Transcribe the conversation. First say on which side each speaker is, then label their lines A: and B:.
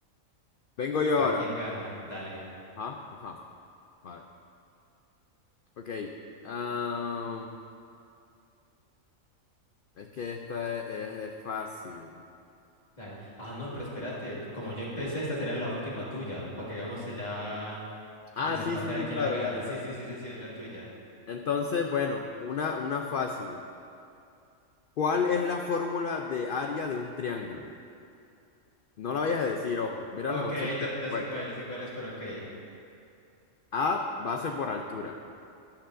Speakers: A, on the left (about 70°); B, on the left (about 30°).
A: Vengo yo
B: Para
A: ahora.
B: ver quién gana. Dale,
A: Ajá, ajá. Vale. Ok. am, es que esta es, es- es fácil.
B: dale. Ah, no, pero espérate. yo- Como yo empecé, esta será la última tuya. Para que hagamos ya el
A: Ah,
B: desempate
A: sí, sí,
B: a
A: sí,
B: ver quién
A: claro,
B: la gana.
A: claro,
B: Sí,
A: claro.
B: sí, sí, sí, sí, es la tuya.
A: Entonces, bueno, una, una fácil. ¿Cuál es la fórmula de área de un triángulo? No la vayas a decir, ojo. Mira
B: Ok,
A: las opciones
B: ya,
A: de
B: ya
A: respuesta.
B: sé cuál es, ya sé cuál es, pero ok.
A: A, base por altura.